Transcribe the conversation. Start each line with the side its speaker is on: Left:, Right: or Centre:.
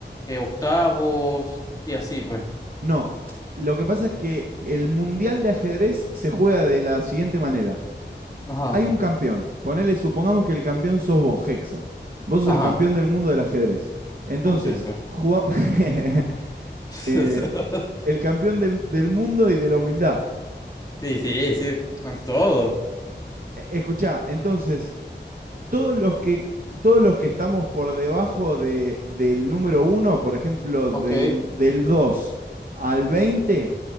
Left: eh, octavos y así, pues.
Right: No, lo que pasa es que el mundial de ajedrez se juega de la siguiente manera.
Left: Ajá,
Right: hay un campeón. Ponele, supongamos que el campeón sos vos, Hexa. Vos sos
Left: ajá,
Right: el campeón del mundo del ajedrez. Entonces,
Left: como siempre.
Right: juga- <laughs>
Left: <laughs>
Right: eh, el campeón del, del mundo y de la humildad.
Left: Sí, sí, sí, ante todo.
Right: E- Escuchá, entonces, todos los que, todos los que estamos por debajo de, del número uno, por ejemplo,
Left: Ok,
Right: del, del dos al veinte,